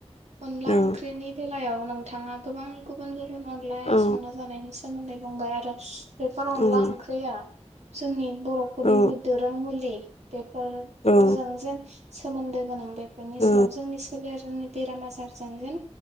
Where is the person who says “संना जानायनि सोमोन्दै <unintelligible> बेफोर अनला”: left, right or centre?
Right